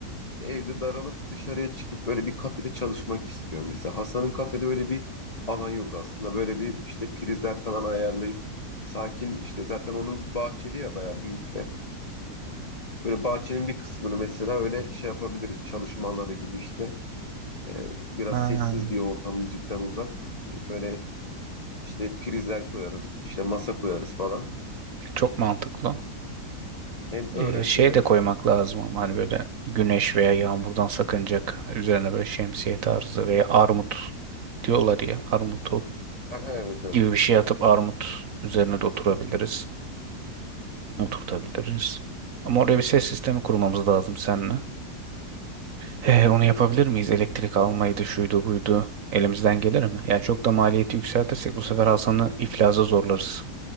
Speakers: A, on the left (about 35°); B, on the right (about 60°).
A: İşte evde daralıp dışarıya çıkıp böyle bir kafede çalışmak istiyorum. Mesela Hasan'ın kafede öyle bir alan yok aslında. Böyle bir işte prizler falan ayarlayıp sakin işte zaten onun bahçeli ya bayağı büyük de. Böyle bahçenin bir kısmını mesela öyle şey yapabiliriz çalışma alanı gibi işte. Ee, biraz
B: Ha,
A: sessiz bir ortam müzikten uzak. Ee, böyle işte prizler koyarız işte masa koyarız falan.
B: çok mantıklı.
A: Hem öğrenciler
B: Ee, şey de koymak lazım ama hani böyle güneş veya yağmurdan sakınacak üzerine böyle şemsiye tarzı veya armut diyorlar ya armut
A: Aha, evet evet.
B: gibi bir şey atıp armut üzerine de oturabiliriz. Oturtabiliriz. Ama oraya bir ses sistemi kurmamız lazım seninle. He, onu yapabilir miyiz? Elektrik almaydı, şuydu, buydu. Elimizden gelir mi? Yani çok da maliyeti yükseltirsek bu sefer Hasan'ı iflaza zorlarız.